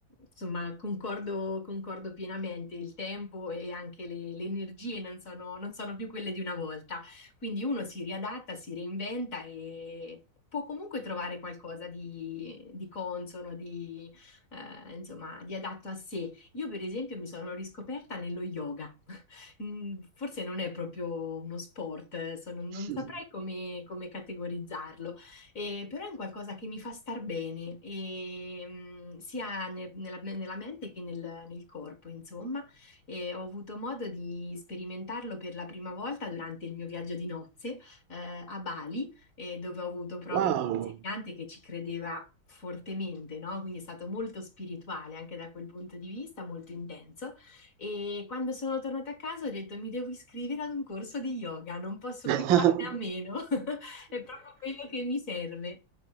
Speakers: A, on the left; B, on the right.
A: insomma, concordo, concordo pienamente, il tempo e anche le, le energie non sono, non sono più quelle di una volta, quindi uno si riadatta, si reinventa e può comunque trovare qualcosa di, di consono, di, eh, insomma, di adatto a sé. Io, per esempio, mi sono riscoperta nello yoga. <laughs> Mm, Forse non è proprio uno sport, so- non, non
B: così.
A: saprei come come categorizzarlo. Eh, però è un qualcosa che mi fa star bene, e, mm, sia ne- nella, nella mente che nel, nel corpo, insomma. E ho avuto modo di sperimentarlo per la prima volta durante il mio viaggio di nozze, eh, a Bali, eh, dove ho avuto proprio
B: Wow!
A: un insegnante che ci credeva fortemente, no? Quindi è stato molto spirituale anche da quel punto di vista, molto intenso. E quando sono tornata a casa ho detto mi devo iscrivere ad un corso di yoga, non posso
B: <laughs>
A: più farne a meno. <laughs> È proprio quello che mi serve.